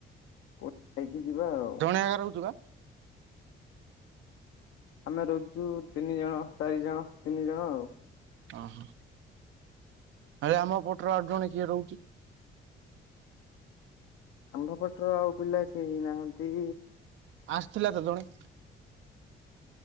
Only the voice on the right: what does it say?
କାହା ଘରେ ରହୁଛୁ ବା?
ଓହୋ ଆରେ ଆମ ପଟର ଆଉ ଜଣେ କିଏ ରହୁଛି?
ଆସିଥିଲା ତ ଜଣେ